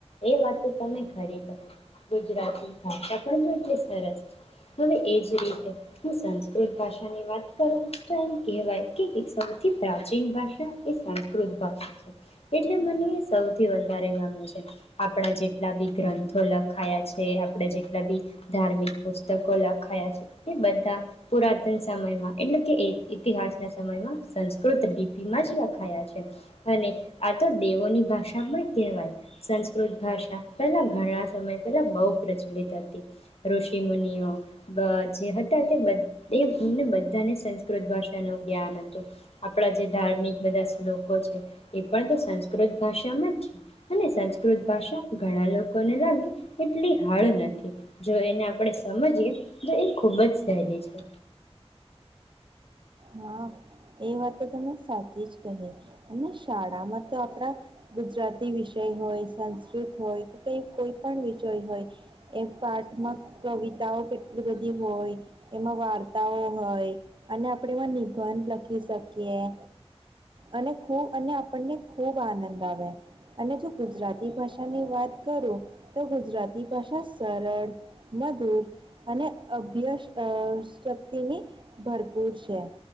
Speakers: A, on the left; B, on the right.
A: એ વાત તમે ખરી કહી. ગુજરાતી ભાષા પણ એટલી સરસ છે, હવે એજ રીતે હું સંસ્કૃત ભાષાની વાત કરું તો એમ કહેવાય કે એ સૌથી પ્રાચીન ભાષા એ સંસ્કૃત ભાષા છે, એટલે મને સૌથી વધારે ગમે છે. આપણા જેટલા બી ગ્રંથો લખાયા છે, આપણે જેટલા બી ધાર્મિક પુસ્તકો લખાયા છે, એ બધા પુરાતન સમયમાં એટલે કે એત ઇતિહાસના સમયમાં સંસ્કૃત લિપિમાં જ લખાયા છે, અને આ તો દેવોની ભાષા પણ કેહવાય સંસ્ક કૃત ભાષા પહેલાં ઘણા સમય પહેલાં બહુ પ્રચલિત હતી. ઋષિ મુનિઓ બ જે હતા તે બધ એ એમને બધાને સંસ્કૃત ભાષાનું જ્ઞાન હતું. આપણા જે ધાર્મિક બધા શ્લોકો છે એ પણ તો સંસ્કૃત ભાષામાં જ છે, અને સંસ્ક કૃત ભાષા ઘણા લોકોને લાગે એટલી હાડ નથી, જો એને આપણે સમજીએ તો એ ખૂબ જ સહેલી છે.
B: હા એ વાત તો તમે સાચી જ કહી, ને શાળામાં તો આપડા ગુજરાતી વિષય હોય સંસ્કૃત હોય કે કઈ કોઈ પણ વિષય હોય એ પાઠમાં કવિતાઓ કેટલી બધી હોય, એમાં વાર્તાઓ હોય અને આપણે એમાં નિબંધ લખી ભી શકીયે અને ખૂબ અને આપણને ખૂબ આનંદ આવે. અને જો ગુજરાતી ભાષાની વાત કરું તો ગુજરાતી ભાષા સરળ, મધુર અને અભ્યસ અ શક્તિની ભરપૂર છે.